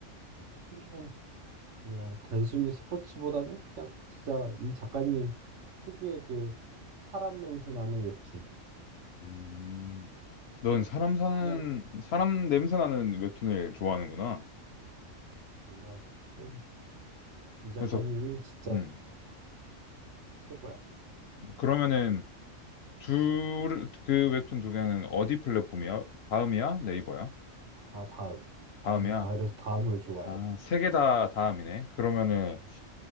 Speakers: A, on the right; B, on the left.
A: 흐르는 그냥 단순히 스포츠보다는 그냥 진짜 이 작가님 특유의 그 사람 냄새 나는 웹툰.
B: 음. 넌 사람 사는,
A: 그냥
B: 사람 냄새 나는 웹툰을 좋아하는구나.
A: 이거 좀 이 작가님이
B: 그래서,
A: 진짜
B: 음,
A: 최고야.
B: 그러면은, 둘, 그 웹툰 두 개는 어디 플랫폼이야? 다음이야? 네이버야?
A: 아 다음.
B: 다음이야?
A: 나는 다 그래서 다음을 좋아해.
B: 아, 세 개 다 다음이네. 그러면은,
A: 아,